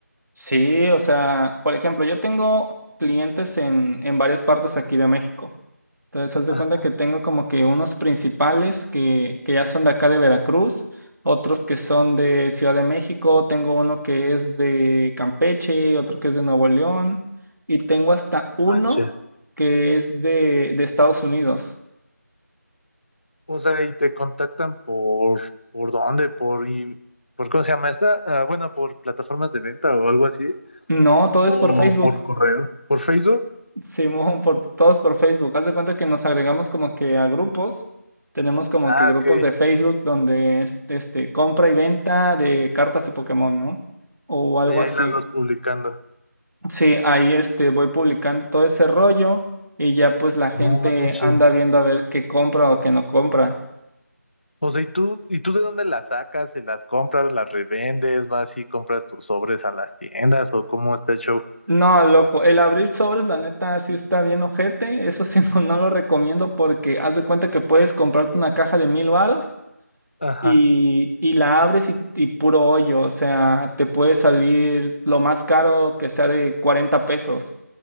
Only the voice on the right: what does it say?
Sí, o sea, por ejemplo, yo tengo clientes en, en varias partes aquí de México. Entonces, haz de
cuenta que tengo como que unos principales que, que ya son de acá de Veracruz, otros que son de Ciudad de México, tengo uno que es de Campeche, otro que es de Nuevo León, y tengo hasta
uno
que es de, de Estados Unidos.
No, todo
es por Facebook.
Simón, por, todos por Facebook. Haz de cuenta que nos agregamos como que a grupos. Tenemos como
que grupos
de Facebook donde es, este, compra y venta de cartas de Pokémon, ¿no? O algo
así.
Sí, ahí este, voy publicando todo ese rollo y ya pues la gente
anda viendo a ver qué compra o qué no compra.
No, loco, el abrir sobres, la neta, sí está bien ojete. Eso sí, <laughs> no, no lo recomiendo porque haz de cuenta que puedes comprarte una caja de mil varos
y, y la abres y, y puro hoyo, o sea, te puede salir lo más caro que sea de 40 pesos.